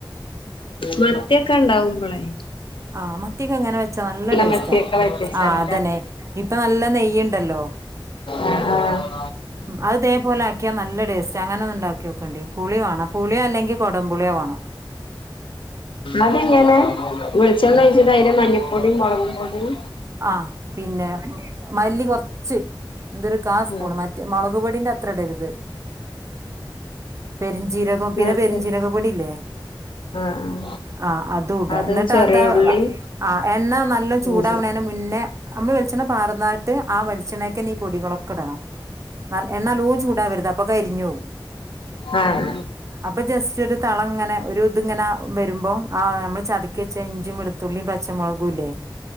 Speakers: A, on the left (about 75°); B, on the right (about 35°).
A: മത്തിയൊക്കെ ഉണ്ടാവുമ്പളേ
B: ആഹ് മത്തിക്കെ ഇങ്ങനെ വെച്ചാ നല്ല ടേസ്റ്റാ
A: മത്തിയൊക്കെ വറ്റിച്ചാല്
B: ആ അതന്നെ ഇപ്പൊ നല്ല നെയ്ണ്ടല്ലോ
A: ആ ആ
B: ഉം അതേപോലെ ആക്കിയാ നല്ല ടേസ്റ്റാ അങ്ങനെ ഒന്ന് ണ്ടാക്കിയൊക്കണ്ടി പുളി വേണം പുളിയല്ലെങ്കി കുടം പുളിയോ വാണം
A: അതെങ്ങനെ വെളിച്ചെണ്ണൊഴിച്ചിട്ട് അതില് മഞ്ഞപ്പൊടീം മുളകുപൊടിം
B: ആ പിന്നെ മല്ലി കുറച്ച് എന്തരു കാ സ്പൂണ്
A: ആഹ്
B: മറ്റ് മുളക് പൊടിന്റെ അത്ര ഇടരുത് പെരുംഞ്ജീരകം പിന്നെ
A: ന്നട്ട്
B: പെരഞ്ജീരക പൊടില്ലേ
A: ആഹ് ആഹ്
B: ആ അതൂട
A: അത്
B: എന്നിട്ട്
A: ചെറിയ
B: അതാ
A: ഉള്ളിയും
B: ആ എണ്ണ നല്ല ചൂടാവണ
A: ഇഞ്ചിയും
B: മ്മള് വിളിച്ചണ്ണ പാറന്നാട്ട് ട്ട് ആ വലിച്ചെണ്ണക്കെന്നീ പൊടികളക്കെ ഇടണം എണ്ണ നല്ലോം ചൂടാവരുത് അപ്പൊ കരിഞ്ഞു പോവും
A: ആ ആ
B: അപ്പൊ ജസ്റ്റ് ഒരു തള ഇങ്ങനെ ഒരു ഇതിങ്ങനെ വരുമ്പോ ആ നമ്മള് ചതക്കിവെച്ച ഇഞ്ചും വെളുത്തുള്ളിയും പച്ചമുളകുംല്ലേ